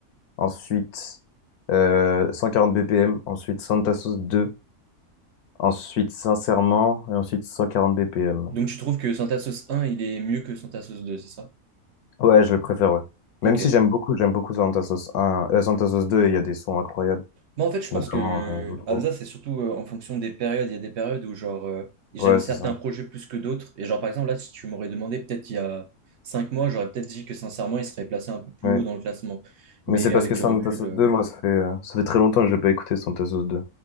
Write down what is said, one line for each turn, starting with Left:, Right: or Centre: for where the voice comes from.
Left: ensuite euh, 140 BPM, ensuite Santa Sauce 2, ensuite Sincèrement, et ensuite 140 BPM.
Right: Donc, tu trouves que Syntasos 1, il est mieux que Syntasos 2, c'est ça?
Left: Ouais, je le préfère, ouais. Même
Right: Ok.
Left: si j'aime beaucoup, j'aime beaucoup Santa Sauce un euh, Santa Sauce deux il y a des sons incroyables,
Right: Moi, en fait, je pense
Left: notamment
Right: que
Left: euh, l'outro.
Right: Hamza, c'est surtout euh, en fonction des périodes. Il y a des périodes où, genre, euh, j'aime
Left: Ouais,
Right: certains
Left: c'est ça.
Right: projets plus que d'autres. Et, genre, par exemple, là, si tu m'aurais demandé, peut-être il y a 5 mois, j'aurais peut-être dit que, sincèrement, il serait placé un peu plus
Left: Ouais.
Right: haut dans le classement. Mais
Left: Mais c'est
Right: avec
Left: parce que
Right: du
Left: Santa
Right: recul,
Left: Sauce
Right: euh,
Left: 2 moi, ça fait, euh, ça fait très longtemps que je l'ai pas écouté, Santa Sauce deux